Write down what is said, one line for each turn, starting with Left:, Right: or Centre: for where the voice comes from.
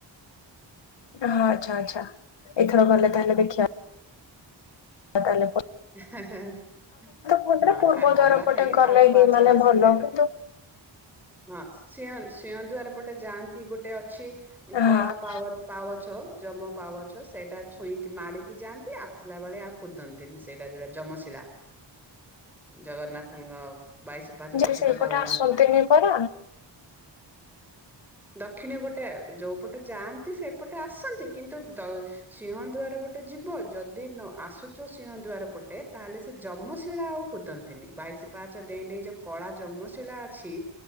Left: ହ ଆଛା ଆଛା ଏଥର ଗଲେ ତାହେଲେ ଦେଖିବା ଆ ତାହଲେ
Centre: ହ ଆ
Left: କୁହନ୍ତି ନା ପୂର୍ବ
Centre: ଖାଇବ
Left: ଦ୍ୱାର
Centre: ଅବଢ଼ା
Left: ପଟେ
Centre: ଖାଇକି
Left: ଗଲେ
Centre: ପାହାଚ
Left: ହିଁ
Centre: ପାହାଚ
Left: ମାନେ
Centre: ଆସିଲେ
Left: ଭଲ କିନ୍ତୁ
Centre: ହଁ ସିଂହ ସିଂହ ଦୁଆର ପଟେ ଯାଆନ୍ତି ଗୋଟେ ଅଛି
Left: ହଁ
Centre: କଳା ପାୱ ପାୱଛ ଜମ ପାୱଛ ସେଇଟା ଛୁଇଁ ମାଡିକି ଯାଆନ୍ତି ଆସିଲା ବେଳେ ଆଉ କୁଦନ୍ତିନି ସେ। ଟ ଯୋଉଟା ଯମଶିଳା ଜଗନ୍ନାଥଙ୍କ ବାଇଶି ପାହାଚ
Left: ଯଦି
Centre: ପତିତ
Left: ସେପଟେ
Centre: ପାବନ
Left: ଆସନ୍ତିିନି
Centre: କ
Left: ପରା।
Centre: ଦକ୍ଷିଣ ପଟେ ଯୋଉ ପଟେ ଯାଆନ୍ତି ସେପଟେ ଆସନ୍ତି କିନ୍ତୁ ଦ ସିଂହ ଦୁଆର ପଟେ ଯିବ ଯଦି ଆସୁଚ ସିଂହ ଦୁଆର ତାହେଲେ ସେ ଯମଶିଳା ଆଉ କୁଦନ୍ତିନି ବାଇଶି ପାଚ ଡେଇଁ ଡେଇଁ ଯୋଉ କଳା ଯମଶିଳା ଅଛି